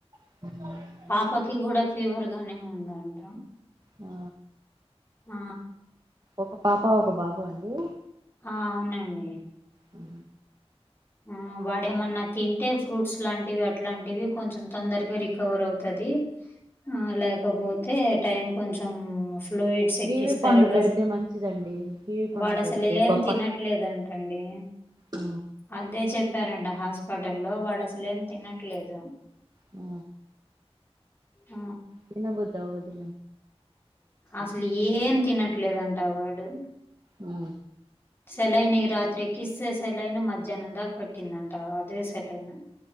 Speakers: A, on the right; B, on the left.
A: <unintelligible>
B: పాపకి కూడ ఫీవర్ గానే ఉందంట
A: ఆ
B: ఆ
A: ఒక పాప ఒక బాబు అండి
B: ఆ అవునండి
A: ఆ
B: ఆ వాడ ఏమన్న తింటే ఫ్రూట్స్ లాంటివి అట్లాంటివి కొంచెం తొందరగ రికవర్ అవుతది ఆ లేకపోతే టైం కొంచెం <unintelligible> ఎక్కిస్తారుగా
A: కీవి పండు పెడితే
B: స్
A: మంచిదండి కీవి పండు
B: వాడసలేం
A: పెడితే <unintelligible>
B: తినట్లేదంటండి.
A: ఆ
B: అదే చెప్పారండి హాస్పిటల్లో వాడు అసలేం తినట్లేదు
A: ఆ
B: ఆ
A: తినబుద్ధి అవ్వదు
B: అసలు
A: <unintelligible>
B: ఏం తినట్లేదంట వాడు
A: ఉ
B: సెలైన్ రాత్రి ఎక్కిస్తే సెలైన్ మధ్యాహ్నం దాక <unintelligible>